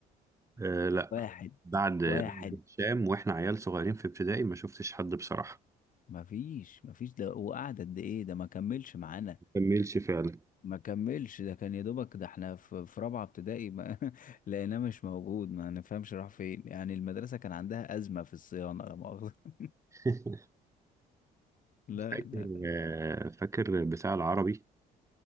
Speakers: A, on the right; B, on the left.
A: آه لا
B: واحد
A: بعد بعد
B: واحد
A: هشام واحنا عيال صغيرين في ابتدائي ما شفتش حد بصراحة
B: مفيش مفيش ده وقعد قد ايه ده ما كملش معانا
A: ما كملش فعلا
B: ما كملش ده كان يا دوبك ده احنا في في رابعه ابتدائي ما <laughs> لقيناه مش موجود ما نفهمش راح فين يعني المدرسه كان عندها ازمه في الصيانه لا مؤاخذه <laughs>
A: <laughs>
B: لا
A: فاكر
B: لا
A: آه فاكر بتاع العربي